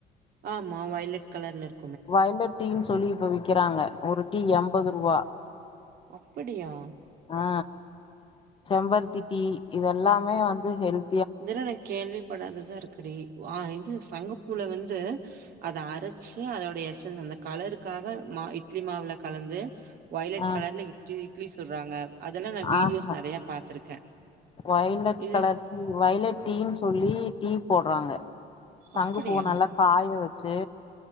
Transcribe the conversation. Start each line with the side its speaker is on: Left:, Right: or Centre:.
Right: ஆமா வயலெட் கலர்ல இரு
Left: வயலெட் டீன்னு சொல்லி இப்ப விக்கிறாங்க ஒரு டீ எம்பதுருவா
Right: அப்பிடியா
Left: ஆ செம்பருத்தி டீ இதெல்லாமே வந்து ஹெல்
Right: இதெல்லா நா கேள்வி படாததா இருக்குடி ஆ இது சங்குப்பூல வந்து அத அரைச்சு அதோ டய எஸ்ஸென் அந்த கலருக்காக மா இட்லி மாவுல கலந்து வயலட்
Left: ஆ
Right: கலர்ல இட்லி சுட்றாங்க அதல்லா நா வீடியோஸ்
Left: ஆஹா
Right: நெறைய பாத்திருக்கே
Left: வயலட்
Right: இது
Left: கலர் டீ யின்னு சொல்லி டீ போட்றாங்க சங்குப்பூவ
Right: அப்படியா?
Left: நல்லா காய வச்சு